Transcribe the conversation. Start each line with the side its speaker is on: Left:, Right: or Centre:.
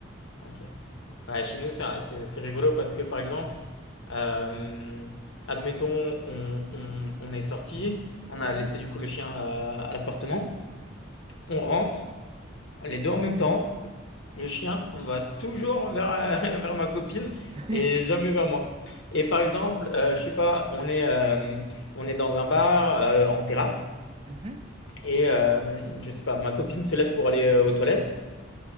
Left: ok. Ouais, chez nous, ça- c'est c'est rigolo parce que par exemple, euh, admettons, on, on- on est sorti, on
Right: Mhm.
Left: a laissé du coup le chien euh, à l'appartement, on rentre, les deux en même temps, le chien va toujours vers, <laughs> vers ma copine
Right: <laughs>
Left: et jamais vers moi. Et par exemple, euh, je sais pas, on est, euh, on est dans un bar euh, en terrasse.
Right: Mhm.
Left: Et euh, je sais pas, ma copine se lève pour aller euh, aux toilettes.